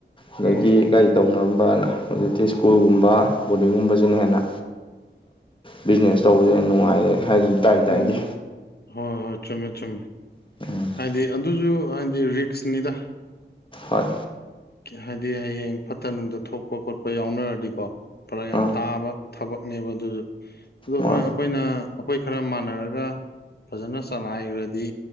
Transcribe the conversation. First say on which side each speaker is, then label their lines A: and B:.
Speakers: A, on the left; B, on the left.
A: ꯑꯗꯒꯤ
B: ꯎꯝ
A: ꯀꯔꯤ ꯇꯧ ꯉꯝꯕꯅ ꯍꯧꯖꯤꯛꯇꯤ ꯁ꯭ꯀꯨꯜꯒꯨꯝꯕ ꯕꯣꯔꯗꯤꯡꯒꯨꯝꯕꯖꯤꯅ ꯍꯦꯟꯅ ꯕꯤꯖꯤꯅꯦꯁ ꯇꯧꯕꯗ <unintelligible> ꯅꯨꯡꯉꯥꯏꯔꯦ ꯍꯥꯏꯒꯨꯝ ꯇꯥꯏꯗ
B: ꯎꯝ
A: ꯑꯩꯗꯤ
B: ꯍꯣꯏ ꯍꯣꯏ ꯆꯨꯝꯃꯦ ꯆꯨꯝꯃꯦ
A: <unintelligible>
B: ꯍꯥꯏꯗꯤ ꯑꯗꯨꯖꯨ ꯍꯥꯏꯗꯤ ꯔꯤꯛꯁꯅꯤꯗ
A: ꯍꯣꯏ
B: ꯍꯥꯏꯗꯤ ꯍꯌꯦꯡ ꯐꯠꯇ ꯅꯨꯡꯗ ꯊꯣꯛꯄ ꯈꯣꯠꯄ ꯌꯥꯎꯅꯔꯗꯤꯀꯣ ꯐꯔꯛ ꯌꯥꯝ
A: ꯑꯥ
B: ꯇꯥꯕ ꯊꯕꯛꯅꯦꯕ ꯑꯗꯨꯖꯨ ꯑꯗꯣ
A: ꯃꯥ
B: ꯍꯣꯏ ꯑꯩꯈꯣꯏꯅ ꯑꯩꯈꯣꯏ ꯈꯔ ꯃꯥꯟꯅꯔꯒ ꯐꯖꯅ ꯆꯂꯥꯏꯒ꯭ꯔꯗꯤ